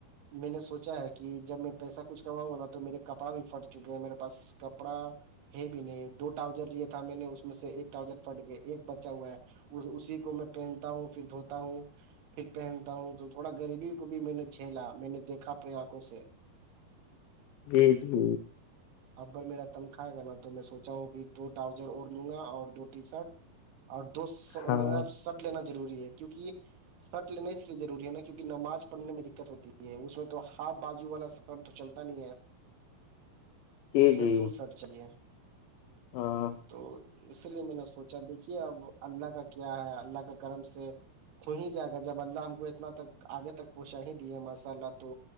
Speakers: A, on the right; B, on the left.
A: میں نے سوچا ہے کہ جب میں پیسہ کچھ کماؤںا نا تو میرے کپڑا بھی پھٹ چکے ہیں میرے پاس کپڑا ہے بھی نہیں دو ٹاؤزر لیا تھا میں نے اس میں سے ایک ٹرؤزر پھٹ گیا ایک بچا ہوا ہے اسی کو میں پہنتا ہوں پھر دھوتا ہوں پھر پہنتا ہوں تو تھوڑا غریبی کو بھی میں نے جھیلا میں نے دیکھا اپنی آنکھوں سے <inaudible>
B: بی ج <unintelligible>
A: اکبر میرا تنخاائے گا نا تو میں سوچا ہوں کہ دو ٹراؤزر اور لوں گا اور دو ٹی شرٹ <unintelligible> اور دو
B: ہاں
A: مطلب سٹ لینا ضروری ہے کیونکہ سٹ لینا اس لیے روری ہے نا کیونک نماز پڑھنے میں دقت ہوتی ہے اس میں تو ہاف بجو والا سر تو چلتا نہیں ہے
B: جی
A: اس
B: جی
A: میں فل سرٹ چلیے
B: ہاں
A: تو اسی لیے میں نے سوچا دیکھیے اب اللہ کا کیا ہے اللہ کا کرم سے ہو ہی جائے گا جب اللہ ہم کو اتنا تک آگے تک پہنچا ہی دی ہے ماشاء اللہ تو